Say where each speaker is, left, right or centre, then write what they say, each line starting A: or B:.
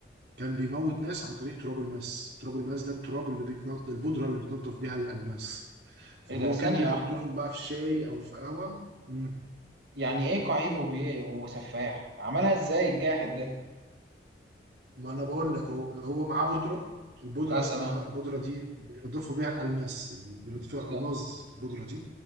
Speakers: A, on the right (about 60°); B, on the right (about 80°).
A: كان بيموت ناس عن طريق تراب الماس تراب الماس ده التراب اللي بيتنض البودرة اللي بتنضف بيها الألماس فهو
B: ايه ده ثانية
A: كان بيحط
B: واحدة
A: لهم بقى في شاي أو في قهوة مم.
B: يعني ايه قعيد وبي... وسفاح عملها ازاي الجاحد ده
A: ما انا بقول لك هو هو معاه بودره البودره
B: اه
A: اسمها
B: تمام
A: البودره دي بينضفوا بيها الالماس بينضيف فيها الالماس
B: ت...
A: البودره دي